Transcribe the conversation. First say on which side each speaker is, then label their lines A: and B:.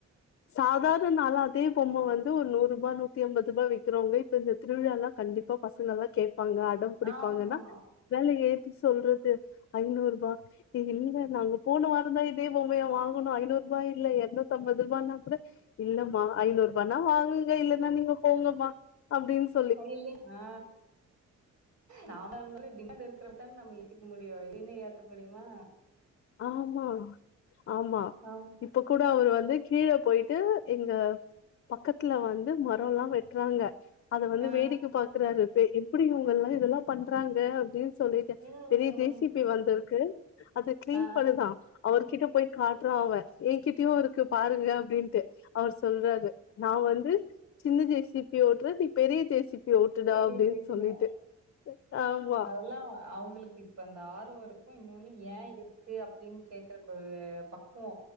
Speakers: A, on the left; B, on the right.
A: சாதாரண நாள அதே பொம்ம வந்து ஒரு நூறு ரூபா நூத்தி அம்பது ரூபா விக்கிறவங்க இப்ப இந்த திருவிழால்லா கண்டிப்பா பசங்கல்லா கேட்பாங்க அடம் பிடிப்பாங்கன்னா
B: ஆமா
A: வேல ஏத்தி சொல்றது ஐநூறுபா இல்ல நாங்க போண வாரந்தா இதே பொம்மைய வாங்குணோ ஐநூறுபா இல்ல எரநூத்தம்பது ரூபான்னா கூட இல்லம்மா ஐநூறு ரூபானா வாங்குங்க இல்லன்னா நீங்க போங்கம்மா அப்டின்னு சொ
B: இல்ல ஆ நாம இருந்தாலும் டிமாண்ட் இருக்கிற நம்ம ஏத்திக்க முடியும் இன்னும் ஏத்த முடியுமா
A: ஆமா ஆமா
B: ஆமா
A: இப்ப கூட அவரு வந்து கீழ போயிட்டு எங்க பக்கத் வீட்ல வந்து மரோல்லா வெட்றாங்க அத வந்து
B: ஆ
A: வேடிக்க பாக் குறாரு பே எப்டி இவுங்கெல்லா இதெல்லா பண்றாங்க அப்டின் சொல்லிட்டு
B: ம்
A: பெரிய ஜே சி பி வந்துருக்கு அது க்ளீன்
B: ஆ
A: பண்ணுதா அவருகிட்ட போயி காட்றா அவே ஏங்கிட்டயு இருக்கு பாருங்க அப்டின்ட்டு அவரு சொல்றாரு நா வந்து சின்ன ஜே சி பி ஓட்டுற நீ பெரிய ஜே சி பி ஓட்டுடா
B: தெரியு
A: அப்டின்
B: தெரிய
A: சொல்லிட்டு ஆமா
B: அதெல்லா அவுங்களுக் இப்ப அந்த ஆர்வோருக்கு இன்னோன்னு ஏ எதுக்கு அப்டின்னு கேக்குறக்கு ஒரு பக்குவோ